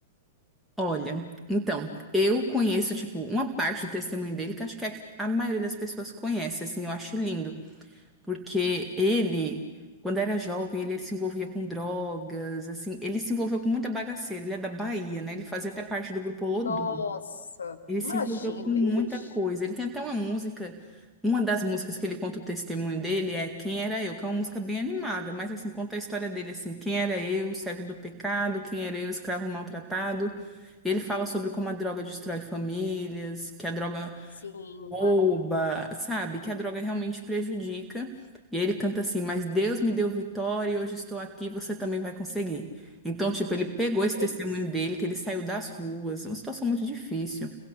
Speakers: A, in the centre; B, on the left.
A: Olha, então, eu conheço, tipo, uma parte do testemunho dele que acho que é a, que a maioria das pessoas conhece, assim, eu acho lindo. Porque ele, quando era jovem, ele, se envolvia com drogas, assim, ele se envolveu com muita bagaceira. Ele é da Bahia, né? Ele fazia até parte do grupo Olodum.
B: Nossa,
A: Ele
B: imagino.
A: se envolveu com muita
B: Ixi,
A: coisa. Ele tem até uma música, uma das músicas que ele conta o testemunho dele é Quem Era Eu, que é uma música bem animada, mas assim, conta a história dele assim, quem era eu, servo do pecado, quem era eu, escravo maltratado. E ele fala sobre como a droga destrói famílias, que a droga
B: sim,
A: rouba,
B: mas
A: sabe? Que a droga realmente prejudica. E aí ele canta assim, mas Deus me deu vitória e hoje estou aqui, você também vai conseguir. Então, tipo, ele pegou esse
B: é
A: testemunho
B: isso.
A: dele, que ele saiu das ruas, uma situação muito difícil